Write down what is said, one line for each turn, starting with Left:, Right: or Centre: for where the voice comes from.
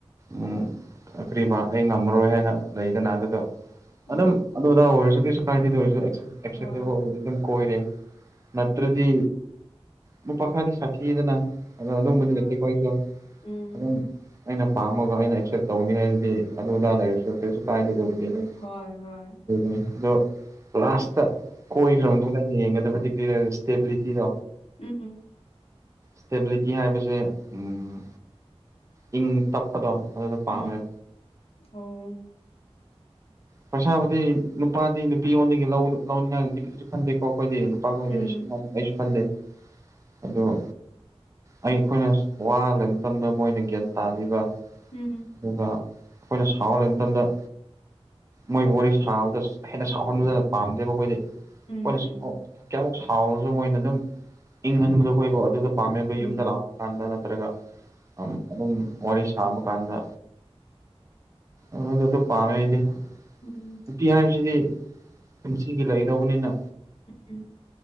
Right: ꯎꯝ ꯑ ꯀꯔꯤꯕ ꯑꯩ ꯉꯝꯃꯔꯣꯏ ꯍꯥꯏꯅ ꯂꯩꯗꯅ ꯑꯗꯨꯗꯣ
Left: ꯎꯝ
Right: ꯑꯗꯨꯝ ꯑꯗꯨ ꯑꯗꯥ ꯑꯣꯏꯔꯁꯨ ꯀꯩꯁꯨ ꯀꯥꯏꯗꯦꯗ ꯑꯣꯏꯔꯁꯨ ꯑꯦꯛꯁꯦ ꯑꯦꯛꯁꯦꯇꯦꯕꯜ
Left: ꯍꯣꯏ
Right: ꯑꯣꯏꯔꯗꯤ ꯑꯗꯨꯝ ꯀꯣꯏꯔꯦ ꯅꯠꯇ꯭ꯔꯗꯤ ꯅꯨꯄꯥꯈꯔꯗꯤ ꯁꯥꯊꯤꯌꯦꯗꯅ ꯑꯗꯣ ꯑꯗꯨꯝꯕꯗꯤ
Left: ꯍꯣꯏ ꯍꯣꯏ
Right: ꯅꯠꯇꯦꯀꯣ ꯑꯩꯁꯨ
Left: ꯎꯝ
Right: ꯑꯗꯨꯝ ꯑꯩꯅ ꯄꯥꯝꯃꯒ ꯑꯩꯅ ꯑꯦꯛꯁꯦꯞ ꯇꯧꯅꯤ ꯍꯥꯏꯁꯤꯗꯤ ꯑꯗꯨ ꯑꯗꯥꯗ ꯂꯩꯔꯁꯨ ꯀꯩꯁꯨ ꯀꯥꯏꯗꯦ ꯗꯨꯕꯨꯗꯤ ꯑꯗꯨꯝ
Left: ꯍꯣꯏ ꯍꯣꯏ
Right: ꯅꯤ ꯑꯗꯣ ꯂꯥꯁꯇ ꯀꯣꯏꯈ꯭ꯔ
Left: ꯎꯝ
Right: ꯃꯇꯨꯡꯗ ꯌꯦꯡꯒꯗꯕꯗꯤ ꯀꯔꯤꯔ ꯏꯁꯇꯦꯕꯤꯂꯤꯇꯤꯗꯣ
Left: ꯎꯝ
Right: ꯏꯁꯇꯦꯕꯤꯂꯤꯇꯤ ꯍꯥꯏꯕꯁꯦ ꯎꯝ ꯏꯪ ꯇꯞꯄꯗꯣ ꯑꯗꯨꯗ ꯄꯥꯝꯃꯦ
Left: ꯎꯝ
Right: ꯑ
Left: ꯑꯣ
Right: ꯄꯩꯁꯥꯕꯨꯗꯤ ꯅꯨꯄꯥꯗꯤ ꯅꯨꯄꯤ ꯌꯣꯟꯗꯒꯤ ꯂꯧ ꯂꯧꯅꯤꯡꯉꯥꯏꯕꯨꯗꯤ ꯐꯟꯗꯦꯀꯣ ꯑꯩꯈꯣꯏꯗꯤ ꯅꯨꯄꯥ ꯈꯣꯏꯗꯤ
Left: ꯎꯝ
Right: ꯑꯩꯁꯨꯉꯥꯏ ꯑꯩꯁꯨ ꯐꯟꯗꯦ ꯑꯗꯣ ꯎ ꯑꯩ ꯑꯩꯈꯣꯏꯅ ꯋꯥ ꯂꯩꯕ ꯃꯇꯝꯗ ꯃꯣꯏꯅ ꯒ꯭ꯌꯥꯟ ꯇꯥꯕꯤꯕ
Left: ꯎꯝ
Right: ꯑꯗꯨꯒ ꯑꯩꯈꯣꯏꯅ ꯁꯥꯎ ꯂꯩꯕ ꯃꯇꯝꯗ ꯃꯣꯏ ꯋꯥꯔꯤ ꯁꯥꯕꯗ ꯍꯦꯟꯅ ꯁꯥꯎꯍꯟꯕꯗꯅ ꯄꯥꯝꯗꯦꯕ ꯑꯩꯈꯣꯏꯗꯤ ꯑꯩꯈꯣꯏꯅ
Left: ꯎꯝ ꯎꯝ
Right: ꯀꯌꯥꯃꯨꯛ ꯁꯥꯎꯔꯁꯨ ꯃꯣꯏꯅ ꯑꯗꯨꯝ ꯏꯪꯍꯟꯕꯗꯣ ꯑꯩꯈꯣꯏꯕꯨ ꯑꯗꯨꯗ ꯄꯥꯝꯃꯦꯕ
Left: ꯎꯝ
Right: ꯌꯨꯝꯗ ꯂꯥꯛꯄ ꯀꯥꯟꯗ ꯅꯠꯇ꯭ꯔꯒ ꯎꯝ ꯑꯗꯨꯝ ꯋꯥꯔꯤ ꯁꯥꯕ ꯀꯥꯟꯗ ꯑꯗꯨꯗ ꯑꯗꯨ ꯄꯥꯝꯃꯦ ꯑꯩꯗꯤ
Left: ꯎꯝ
Right: ꯅꯨꯄꯤ ꯍꯥꯏꯕꯁꯤꯗꯤ ꯄꯨꯟꯁꯤꯒꯤ ꯂꯩꯗꯧꯕꯅꯤꯅ
Left: ꯎꯝ